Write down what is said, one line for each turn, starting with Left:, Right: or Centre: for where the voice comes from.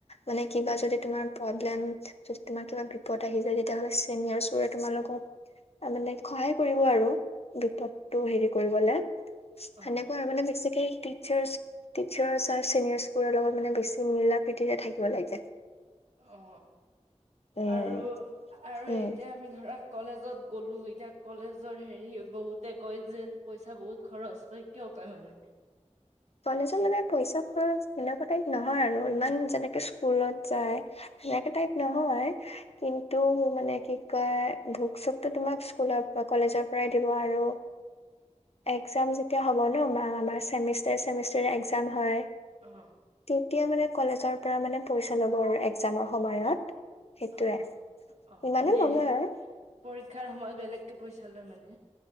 Left: মানে কিবা
Right: অ',
Left: যদি তোমাৰ প্ৰবলেম কিবা বিপদ আহি যায় তেতিয়হলে ছিনিয়ৰচবোৰে তোমাৰ লগত। তাৰমানানে সহায় কৰিব আৰু বিপদতটো হেৰি কৰিবলে। সেনেকুৱা
Right: অ',
Left: আৰু মানে বেছিকে টি টিচাৰ্চ আৰু চিনিয়ৰ্বোৰৰ লগত মানে বেছি মিলা- প্ৰতিৰে থাকিব লাগে।
Right: অ
Left: উম
Right: আৰু আৰু এতিয়া
Left: উম
Right: আমি ধৰক কলেজত গ'লো এতিয়া কলেজৰ হেৰি বহুতে কয় যে পইচা বহুত খৰচ হয়। কিয় কয় মানে?
Left: কলেজত মানে পইচা খৰচ বিলাকতাইত নহয় আৰু ইমান যেনেকে স্কুলত যায়। সেনেকে টাইপ নহয় কিন্তু মানে। কি কয় বুক চোকো তোমাক স্কুলৰ কলেজৰ পৰাই দিব আৰু একজাম যেতিয়া হব ন ম। আমাৰ চেমি চেমিচষ্টাৰ একজাম হয়
Right: অ
Left: তেতিয়া মানে কলেজৰ পৰা মানে পইচা ল'ব আৰু একজামৰ সময়ত। সেইটোয়ে
Right: অ অ অ
Left: ইমানে
Right: মানে,
Left: নলয়
Right: সেই
Left: আৰু
Right: পৰীক্ষাৰ সময়ত বেলেগ পইচা লয় মানে।